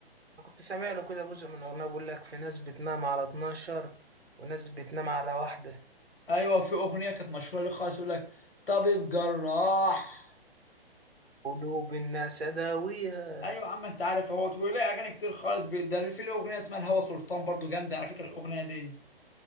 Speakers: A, on the right; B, on the left.
A: كنت سامع له كده جزء من اغنية بيقول لك في ناس بتنام على 12 وناس بتنام على واحدة
B: ايوه في اغنيه كانت مشهوره ليه خالص يقول لك طبيب جراح
A: قلوب الناس اداويها
B: ايوه يا عم انت عارف اهوت وليه اغاني كتير خالص بي... ده في له اغنيه اسمها الهوى سلطان برضو جامده على فكره الاغنيه دي